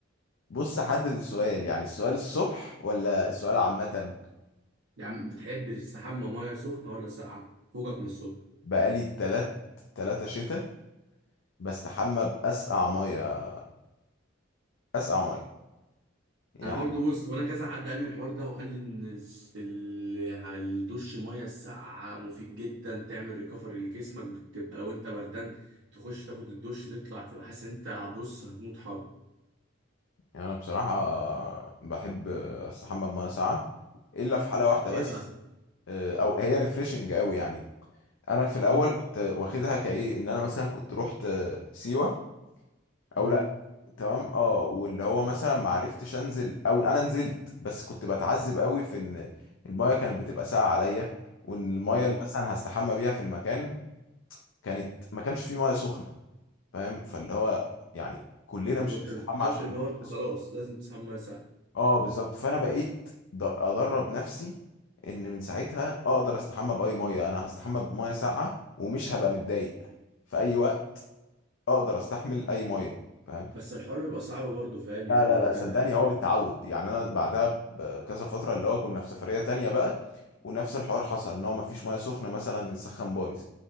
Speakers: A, on the left; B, on the right.
A: بص حدد السؤال يعني السؤال الصبح ولا السؤال عامة
B: يا عم بتحب تستحمى ميه سخنه ولا ساقعه فوقك من الصبح
A: بقالي تلات تلاتة شتاء بستحمى بأسقع مية أسقع مية يعني
B: انا برضو بص وانا كذا حد قال لي الحوار ده وقال لي ان الس- ال- الدش ميه الساقعه مفيد جدا تعمل ريكفري لجسمك بتبقى لو انت بردان تخش تاخد الدش تطلع تبقى حاسس ان انت بص هتموت حر
A: أنا بصراحة بحب أستحمى بمية ساقعة إلا في حالة واحدة
B: ليه
A: بس
B: بقى
A: آه، أو هي ريفريشنج أوي يعني أنا في الأول
B: امم
A: كنت واخدها كإيه إن أنا مثلا كنت رحت آه، سيوة أو
B: امم
A: تمام اه واللي هو مثلا ما عرفتش انزل او انا نزلت بس كنت بتعذب قوي في ان المايه كانت بتبقى ساقعه عليا وان المايه
B: امم
A: اللي مثلا هستحمى بيها في المكان كانت ما كانش فيه مايه سخنه فاهم فاللي هو يعني كلنا
B: فكنت
A: مش هنستحمى
B: بتتحط
A: عشان
B: ان
A: مفيش
B: هو انت
A: مية
B: خلاص
A: سخنة.
B: لازم تسحب ميه ساقعه
A: اه بالظبط فانا بقيت د- ادرب نفسي ان من ساعتها اقدر استحمى باي مايه انا هستحمى بمايه ساقعه ومش هبقى متضايق في اي وقت اقدر استحمل اي مايه فاهم
B: بس الحوار بيبقى صعب برضه فاهم
A: لا
B: يعني
A: لا
B: انت
A: لا صدقني هو
B: <laughs>
A: بالتعود يعني انا بعدها بكذا فتره اللي هو كنا في سفريه تانية بقى ونفس الحوار حصل ان هو مفيش ميه سخنه مثلا السخن بايظ